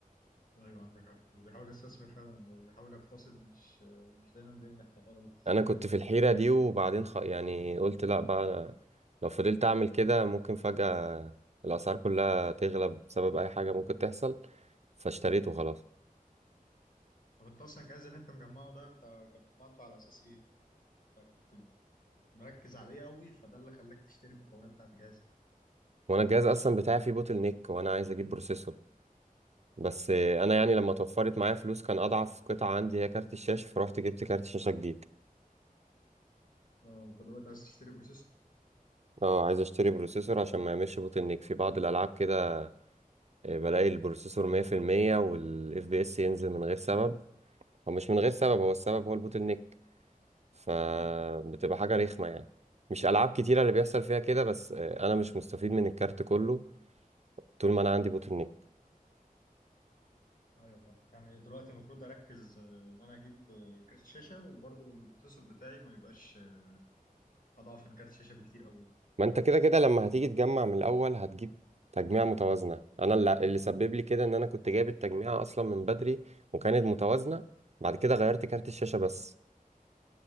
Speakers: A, on the left (about 65°); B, on the right (about 45°).
A: ايوه عندك حق اللي بيحاول يستثمر فعلا أو بيحاول يقتصد مش آه، مش دايما بينجح في حوار الاقتصاد
B: انا كنت في الحيرة دي وبعدين خ... يعني قلت لا بقى أنا لو فضلت اعمل كده ممكن فجأة الاسعار كلها تغلى بسبب اي حاجة ممكن تحصل فاشتريته خلاص
A: طب انت اصلا الجهاز اللي انت مجمعه ده انت جمعته على اساس ايه؟ انت كنت مركز عليه قوي فده اللي خلاك تشتري المكونات بتاعت جهازك
B: وانا الجهاز اصلا بتاعي فيه بوتل نيك وانا عايز اجيب بروسيسور بس انا يعني
A: مم.
B: لما توفرت معايا فلوس كان اضعف قطعة عندي هي كارت الشاشة فروحت جبت كارت شاشة جديد
A: اه انت دلوقتي عايز تشتري بروسيسور
B: اه عايز اشتري بروسيسور عشان ما يعملش بوتل نيك في بعض الالعاب كده آه، بلاقي البروسيسور 100% والاف بي اس ينزل من غير سبب هو مش من غير سبب هو السبب هو البوتل نيك فبتبقى
A: امم
B: حاجة رخمة يعني مش ألعاب كتيرة اللي بيحصل فيها كده بس آه، أنا مش مستفيد من الكارت كله طول ما أنا عندي بوتل نيك
A: ايوه طبعا يعني دلوقتي المفروض اركز آه، ان انا اجيب آه، كارت شاشه وبرضه البروسيسور بتاعي ما يبقاش آه، اضعف من كارت شاشه بكتير قوي
B: ما أنت كده كده لما هتيجي تجمع من الأول هتجيب تجميع متوازنة أنا اللي اللي سبب لي كده إن أنا كنت جايب التجميعة أصلا من بدري وكانت متوازنة بعد كده غيرت كارت الشاشة بس